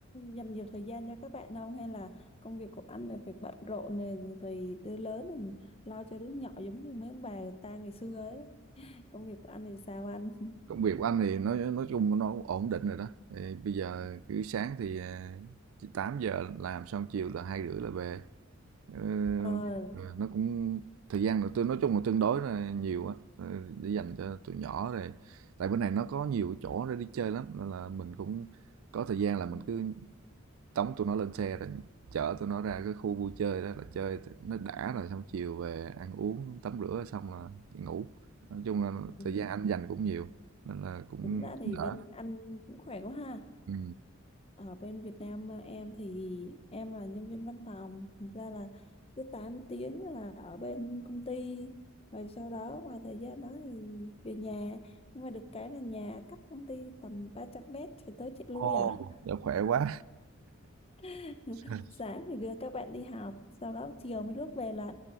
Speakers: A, on the left; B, on the right.
A: dành nhiều thời gian cho các bạn không hay là công việc của anh là việc bận rộn này rồi đứa lớn này lo cho đứa nhỏ giống như mấy ông bà người ta ngày xưa ấy. <laughs> Công việc của anh thì sao anh? <laughs>
B: công việc của anh thì nói nói chung nó ổn định rồi đó thì bây giờ cứ sáng thì à, 8 giờ làm xong chiều là hai rưỡi là về Ờ,
A: Ờ,
B: à, nó cũng thời gian là tôi nói chung là tương đối là nhiều á ờ, để dành cho tụi nhỏ rồi tại bên này nó có nhiều chỗ để đi chơi lắm nên là mình cũng có thời gian là mình cứ tống tụi nó lên xe rồi chở tụi nó ra cái khu vui chơi đó là chơi nó đã rồi xong chiều về ăn uống tắm rửa xong là đi ngủ nói chung là
A: ừ.
B: thời gian anh dành cũng nhiều nên là cũng
A: Tính ra thì
B: đỡ
A: bên anh cũng khỏe quá ha.
B: ừ.
A: ở bên Việt Nam ờ, em thì em là nhân viên văn phòng thành ra là cứ 8 tiếng là ở bên công ty rồi sau đó ngoài thời gian đó thì về nhà nhưng mà được cái là nhà cách công ty tầm ba trăm mét chạy tới chạy lui
B: Ồ,
A: à
B: Dạ, khỏe quá
A: <laughs>
B: <laughs>
A: sáng thì đưa các bạn đi học sau đó chiều mới rước về lận